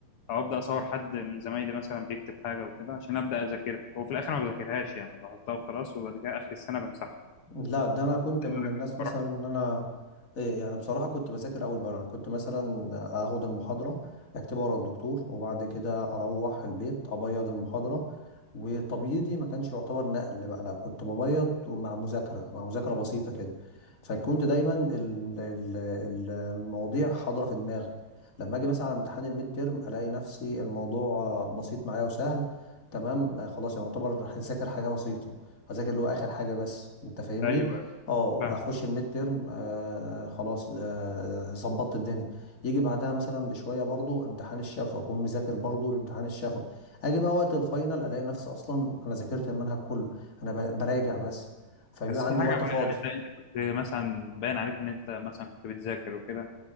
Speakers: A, on the left; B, on the left.
A: او ابدا اصور حد من زمايلي مثلا بيكتب حاجه وكده عشان ابدا اذاكرها وفي الاخر ما بذاكرهاش يعني بحطها وخلاص وبعد كده اخر السنه بمسحها
B: لا ده انا كنت
A: <laughs>
B: من الناس مثلا
A: بروح
B: ان انا إيه يعني بصراحه كنت بذاكر اول باول انا كنت مثلا اخد المحاضره اكتبها ورا الدكتور وبعد كده اروح البيت ابيض المحاضره وتبييضي ما كانش يعتبر نقل بقى لا كنت ببيض مع مذاكره مع مذاكره بسيطه كده فكنت دايما ال- ال- ال- المواضيع حاضره في دماغي لما اجي مثلا على امتحان الميد تيرم الاقي نفسي الموضوع آه، بسيط معايا وسهل تمام آه، خلاص يعني يعتبر ذاكر حاجه بسيطه هذاكر اللي هو اخر حاجه بس انت فاهمني
A: ايوه
B: اه
A: فاهم
B: اخش الميد تيرم آه خلاص آه، ظبطت الدنيا يجي بعدها مثلا بشويه برضو امتحان الشفوي اكون مذاكر برضو الامتحان الشفوي اجي بقى وقت الفاينل الاقي نفسي اصلا انا ذاكرت المنهج كله انا ب- براجع بس فبيبقى
A: بس
B: عندي
A: في حاجة
B: وقت
A: بقى
B: فاضي
A: يعني انت انت كنت مثلا باين عليك ان انت مثلا كنت بتذاكر وكده